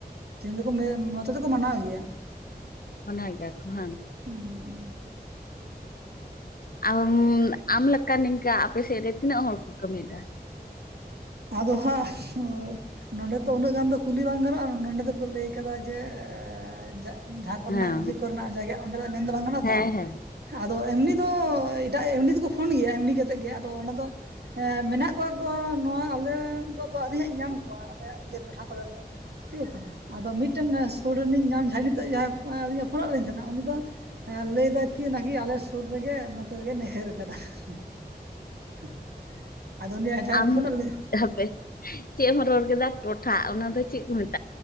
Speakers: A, on the right; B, on the left.
A: ᱛᱮᱦᱮᱧ ᱫᱚᱠᱚ ᱱᱚᱛᱮ ᱫᱚᱠᱚ ᱢᱟᱱᱟᱣ ᱮᱫ ᱜᱮᱭᱟ ᱾
B: ᱢᱟᱱᱟᱭ ᱜᱮᱭᱟ ᱠᱚ ᱦᱟᱸᱝ?
A: ᱦᱩᱸ
B: ᱟᱢ ᱟᱢ ᱞᱮᱠᱟ ᱱᱤᱝᱠᱟ ᱟᱯᱮᱥᱮᱫ ᱨᱮ ᱛᱤᱱᱟᱹᱜ ᱦᱚᱲ ᱠᱚ ᱠᱟᱹᱢᱤ ᱭᱮᱫᱟ?
A: ᱟᱫᱚ ᱦᱟᱸᱜ ᱩᱸᱼᱼ ᱱᱚᱸᱰᱮ ᱛᱚ ᱩᱱᱟᱹᱜ ᱜᱟᱱ ᱫᱚ ᱠᱩᱞᱤ ᱵᱟᱝ ᱜᱟᱱᱚᱜ-ᱟ ᱱᱚᱸᱰᱮ ᱫᱚᱠᱚ ᱞᱟᱹᱭ ᱠᱟᱫᱟ ᱡᱮ ᱮᱻᱡᱟᱜᱼᱼ‌ ᱡᱟᱦᱟᱸ ᱠᱚᱨᱮ
B: ᱦᱮᱸ
A: ᱱᱟᱜ ᱡᱮ ᱤᱭᱟᱹ ᱠᱚᱨᱮ‌ ᱱᱟᱜ ᱡᱟᱭᱜᱟ ᱚᱸᱰᱮ ᱫᱚ ᱢᱮᱱ ᱫᱚ ᱵᱟᱝ ᱜᱟᱱᱚᱜ-ᱟ
B: ᱦᱮᱸ
A: ᱛᱚ᱾
B: ᱦᱮᱸ
A: ᱦᱮᱸ ᱟᱫᱚ ᱮᱢᱱᱤ ᱫᱚ ᱮᱴᱟᱜ ᱮᱢᱱᱤ ᱫᱩᱠᱩᱼᱼ ᱯᱷᱩᱱ ᱜᱮᱭᱟ ᱮᱢᱱᱤ ᱠᱟ ᱠᱟᱛᱮᱜ ᱜᱮ ᱟᱫᱚ ᱚᱱᱟ ᱫᱚ ᱮᱸ ᱢᱮᱱᱟᱜ ᱠᱚᱣᱟ ᱜᱚ ᱱᱚᱶᱟᱼᱼ ᱟᱞᱮ ᱫᱚ ᱟᱫᱚ ᱟᱹᱣᱨᱤ ᱦᱟᱸᱜ ᱧᱟᱢ ᱠᱚᱣᱟ ᱟᱞᱮ ᱭᱟᱜ ᱤᱭᱟᱹ ᱴᱚᱴᱷᱟ ᱠᱚᱨᱮᱱ ᱫᱚ᱾ ᱛᱤᱥᱚᱝ ᱟᱫᱚ ᱢᱤᱫᱴᱮᱱ ᱥᱩᱲᱤ ᱱᱤᱡ ᱧᱟᱢ ᱡᱟᱦᱟᱸ ᱱᱤᱛᱚᱜ ᱡᱟᱦᱟᱸᱭ ᱟᱹᱞᱤ ᱧᱮ ᱯᱷᱩᱱᱟᱜ ᱞᱤᱧ ᱛᱟᱦᱮᱱᱟ ᱩᱱᱤ ᱫᱚᱼᱼ ᱦᱮᱸ ᱞᱟᱹᱭ ᱫᱟᱠᱤᱱ ᱱᱟᱠᱤ ᱟᱞᱮ ᱥᱩᱨ ᱨᱮᱜᱮ ᱱᱚᱛᱮ ᱨᱮᱜᱮ ᱱᱟᱹᱭᱦᱟᱹᱨ ᱠᱟᱫᱟ ᱦᱩᱸ᱾ <inaudible> ᱟᱫᱚ ᱩᱱᱤ ᱡᱟᱦᱟᱸᱭ
B: ᱟᱢ
A: ᱯᱷᱩᱱᱟᱜ ᱞᱤᱧᱼᱼ
B: ᱦᱟᱯᱮ ᱪᱮᱜ ᱮᱢ ᱨᱚᱲ ᱠᱮᱫᱟ ᱴᱚᱴᱷᱟ ᱚᱱᱟ ᱫᱚ ᱪᱤᱜ ᱠᱚ ᱢᱮᱛᱟᱼᱼ